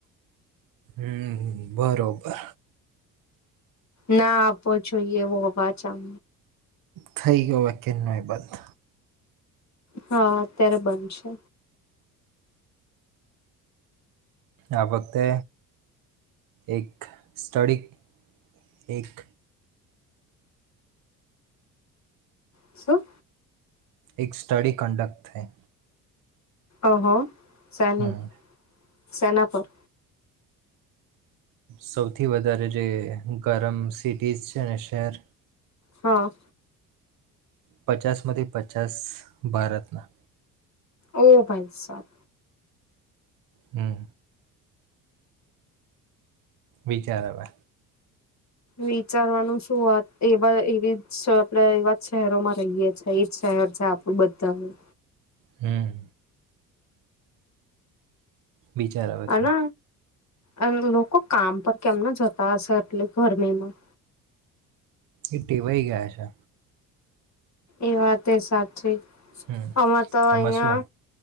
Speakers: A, on the right; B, on the left.
A: હમ બરોબર.
B: ના આપો જોઈ એવો પાછા.
A: થઈ ગયો કે ન એ બંધ.
B: હા અત્યારે બંધ શે.
A: આ વતે, એક સ્ટડી એક
B: શું?
A: એક સ્ટડી કંડક્ટ થાય.
B: ઓ હો. શેની?
A: હમ
B: શેના પર?
A: સૌથી વધારે જે ગરમ સિટીશ છે ને શહેર.
B: હા.
A: પચાસ માથી પચાસ ભારતના.
B: ઓ ભાઈ સાબ.
A: હમ. વીચાર હવે.
B: વિચારવાનું શુંત એવા એવી જ આપડે એવા જ શહેરોમાં રહીએ છે. છીએ એજ શહેર છે આપણું બધાનું.
A: હમ. બીચાર આવે
B: અને
A: તું.
B: અને લોકો કામ પર કેમના જતા હશે, એટલે ગરમીમાં.
A: એ ટેવાઈ ગયા છે.
B: એ વાતે સાચી.
A: હમ
B: અમે તો
A: આમાં
B: એયા
A: શું